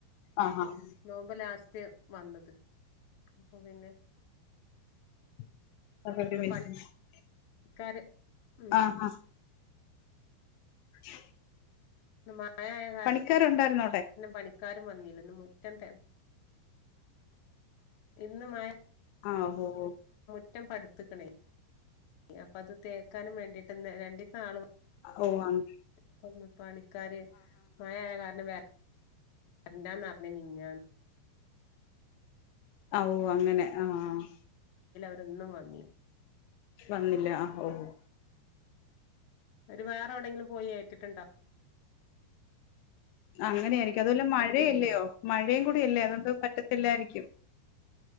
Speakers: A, on the left (about 85°); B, on the left (about 60°).
A: ആഹ് ആഹ്
B: നോമ്പ് ലാസ്റ്റ് വന്നത് അപ്പൊ പിന്നെ-
A: <unintelligible>
B: ഇന്ന് പണിക്കാര് ഉം
A: ആഹ് ആഹ് <inaudible>
B: ഇന്ന് മഴയായ കാരണം
A: പണിക്കാരുണ്ടായിരുന്നോ അവിടെ
B: പണിക്കാരും വന്നില്ല മുറ്റത്തെ ഇന്ന് മഴ
A: ആഹ് ഓ ഓ
B: റ്റം പടിത്തതിന് അപ്പത് തേക്കാനും വേണ്ടിട്ടു രണ്ടീസം <unintelligible>
A: ഓ അങ്
B: അയ്യോ പണിക്ക് - പണിക്കാര് മഴയായ കാരണം- വരണ്ടാന്ന് പറഞ്ഞു മിഞ്ഞാന്ന് <inaudible>
A: ഓ അങ്ങനെ ആഹ്
B: ഇന്നും വന്നിലാ
A: വന്നില്ല ആ ഓഹോ
B: അവര് വേറെ എവടെങ്കിലും പോയി ഏറ്റ്ട്ട്ണ്ടാവും
A: അങ്ങനെയായിരിക്കും അതുപോലെ മഴയല്ലയോ
B: തിരിഞ്ഞേ
A: മഴേകൂടി അല്ലേ അതോണ്ട് പറ്റത്തില്ലായിരിക്കും